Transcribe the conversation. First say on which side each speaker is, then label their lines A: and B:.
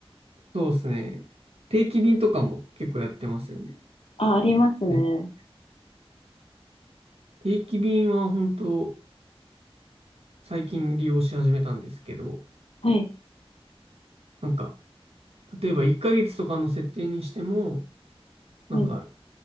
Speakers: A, on the right; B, on the left.
A: そうですね。定期便とかも結構やってますよね。
B: あ、ありますね。
A: ね、定期便は本当最近利用し始めたんですけど、
B: はい。
A: なんか例えば1ヶ月とかの設定にしても、なんか
B: はい。